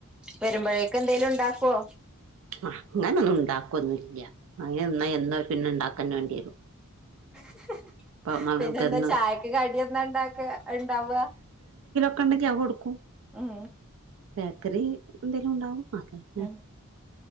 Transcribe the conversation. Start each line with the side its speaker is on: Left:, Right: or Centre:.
Centre: വരുമ്പഴേക്ക് എന്തേലും ഉണ്ടാക്കുവോ
Right: ഹ അങ്ങനൊന്നും ഉണ്ടാക്കൊന്നല്ല്യ അങ്ങനെ എന്ന പിന്നെ ഇണ്ടാ ക്കണ്ണണ്ടിവരും
Centre: <inaudible>
Right: നമുക്ക്
Centre: പിന്നെ എന്താ
Right: എന്നും
Centre: ചായക്ക് കടിയന്താ ഇണ്ടാക്ക ഉണ്ടാവ?
Right: ക്കണ്ടാക്കി അവ്ക്കൊടുക്കും.
Centre: ഉം.
Right: ബേക്കറി എന്തെലും ഉണ്ടാവും. അത് തന്നെ
Centre: ഉം